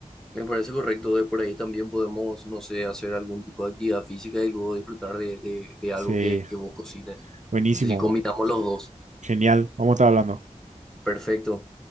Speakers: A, in the centre; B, on the right.
A: Me parece correcto, de por ahí también podemos, no sé, hacer algún tipo de actividad física y luego disfrutar de, de- de
B: Sí,
A: algo que, que vos cocines.
B: buenísimo,
A: Entonces, si combinamos los dos,
B: genial, vamos a estar hablando.
A: perfecto.